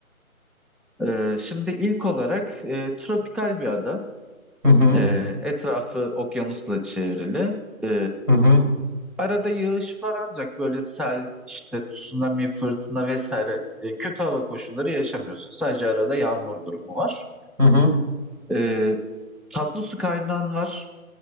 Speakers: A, in the centre; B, on the right.
A: E, şimdi ilk olarak e, tropikal bir ada.
B: Hı hı.
A: E, etrafı okyanusla çevrili. E,
B: Hı hı.
A: Arada yağış var ancak böyle sel, işte tsunami, fırtına vesaire e, kötü hava koşulları yaşamıyorsun. Sadece arada yağmur durumu var.
B: Hı hı.
A: E, tatlı su kaynağın var.